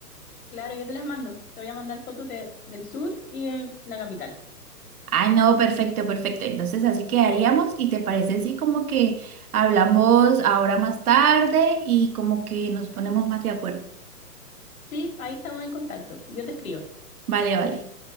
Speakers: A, on the left; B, on the right.
A: Claro, yo te las mando. Te voy a mandar fotos de- del sur y de la capital.
B: Ah, no, perfecto, perfecto. Entonces así quedaríamos y te parece así como que hablamos ahora más tarde y como que nos ponemos más de acuerdo.
A: Sí, ahí estamos en contacto. Yo te escribo.
B: Vale, vale.